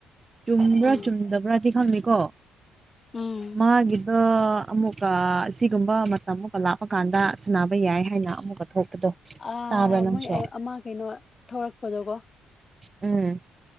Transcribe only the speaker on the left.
ꯎꯝ
ꯎꯝ
ꯑ
ꯃꯣꯏ ꯑꯃ ꯀꯩꯅꯣ ꯊꯧꯔꯛꯄꯗꯣꯀꯣ